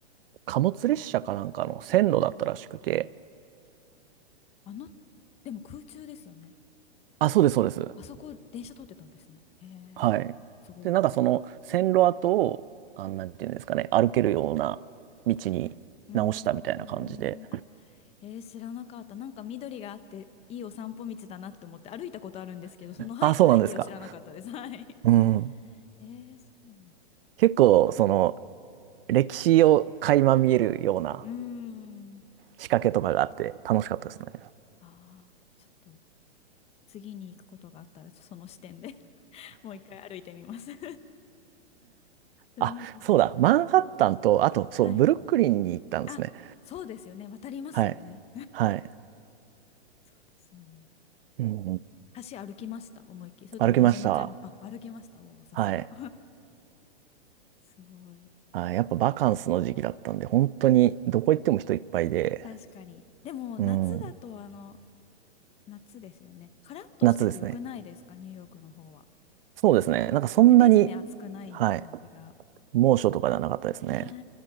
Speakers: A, on the right (about 55°); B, on the left (about 20°).
A: 貨物列車かなんかの線路だったらしくて、
B: あの、でも空中ですよね。
A: あ、そうです、そうです。
B: あそこ電車通ってたんですね。へえ、
A: はい。
B: すごい。
A: で、なんかその線路跡を、あ、なんていうんですかね、歩けるような道に直したみたいな感じで、
B: うーん。あ、えー、知らなかった。なんか緑があって、いいお散歩道だなって思って歩いたことあるんですけど、その背、
A: あ、そうなんですか。
B: 背景を知らなかったです。はい。
A: うん。
B: えー、そうなんだ。
A: 結構、その、歴史を垣間見えるような
B: うーん。
A: 仕掛けとかがあって楽しかったですね。
B: ああ、ちょっと次に行くことがあったら、ちょその視点で <laughs> もう一回歩いてみます <laughs> 知らなかった。
A: あ、そうだ。マンハッタンと、あと、そう、
B: はい。
A: ブルックリンに行ったんですね。
B: あ、そうですよね。渡りますよね。
A: はい。はい。
B: <laughs> そうですよね。
A: うん。
B: 橋歩きました。思いっきり。それとも電車乗っちゃいました。
A: 歩きました。
B: あ、歩きました。おお、さすが。
A: はい。
B: <laughs> すごい。
A: はい。やっぱバカンスの時期だったんで、本当にどこ行っても人いっぱいで、
B: 確かに。でも、
A: うん。
B: 夏だと、あの、夏ですよね。カラッとしててよくないですかニューヨークの方は。
A: 夏ですね。そうですね。
B: こう、
A: なんかそんなに、
B: ジメジメ暑くない感じが。
A: はい。猛暑とかではなかったですね。
B: ね